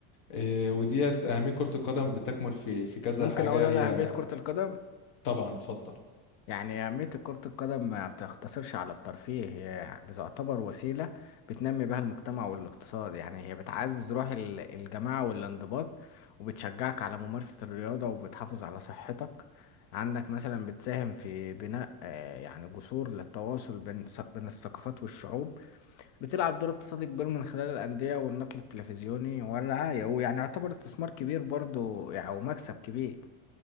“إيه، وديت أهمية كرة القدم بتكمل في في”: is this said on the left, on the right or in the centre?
Left